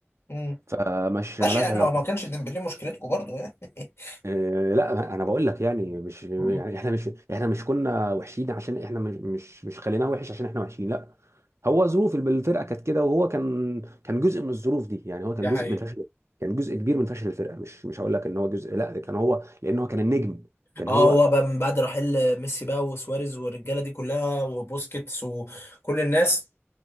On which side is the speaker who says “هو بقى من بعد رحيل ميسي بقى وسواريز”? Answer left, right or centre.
Left